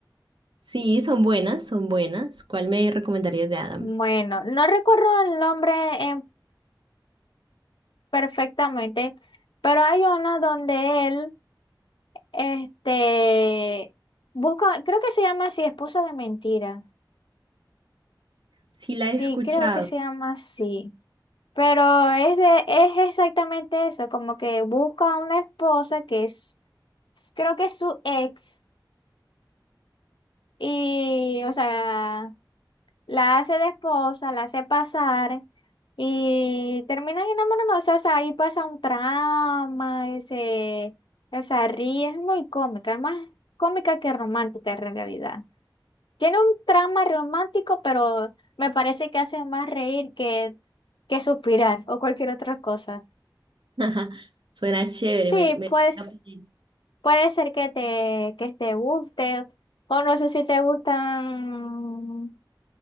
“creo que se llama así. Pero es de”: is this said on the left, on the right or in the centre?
Left